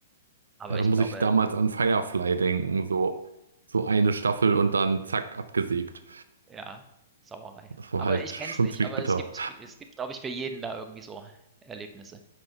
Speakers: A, on the right (about 15°); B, on the right (about 75°).
A: aber
B: Ja, da
A: ich
B: muss
A: glaube,
B: ich damals an Firefly denken. So, so eine Staffel und dann zack, abgesägt.
A: ja, Sauerei.
B: Das war
A: Aber
B: halt
A: ich kenn's
B: schon
A: nicht,
B: ziemlich
A: aber
B: bitter.
A: es gibt es gibt, glaube ich, für jeden da irgendwie so Erlebnisse.